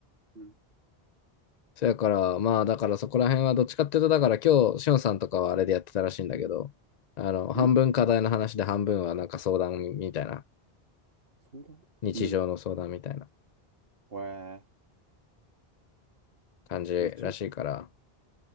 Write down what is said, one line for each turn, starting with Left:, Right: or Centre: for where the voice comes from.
Right: うん。
Left: そやから、まあ、だからそこら辺はどっちかっていうと、だから今日、しおんさんとかはあれでやってたらしいんだけど、あの、半分課題の話で半分はなんか相談みたいな、
Right: うん相談うん。
Left: 日常の相談みたいな
Right: へえ。
Left: 感じらしいから、
Right: 日曜、